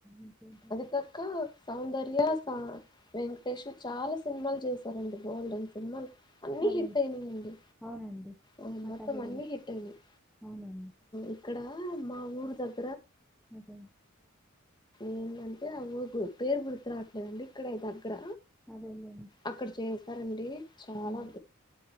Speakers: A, in the centre; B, on the left.
A: ఇంకేంటండి
B: అది కాక సౌందర్య, వెంకటేష్ చాలా సినిమాలు చేశారండి బోల్డెన్ సినిమాలు అన్ని
A: అదే
B: హిట్ అయినాయండి
A: అవునండి
B: ఆ
A: అట్లాగే
B: మొత్తం అన్ని
A: చేసి
B: హిట్ అయినాయి,
A: అవునండి
B: ఇక్కడ మా ఊరు దగ్గర ఆ
A: అదే
B: ఏంటంటే ఆ ఊరు పేరు గుర్తు రావట్లేదండి, ఇక్కడే దగ్గర
A: అదేలేండి
B: అక్కడ చేసారండి చాలా
A: ఉమ్,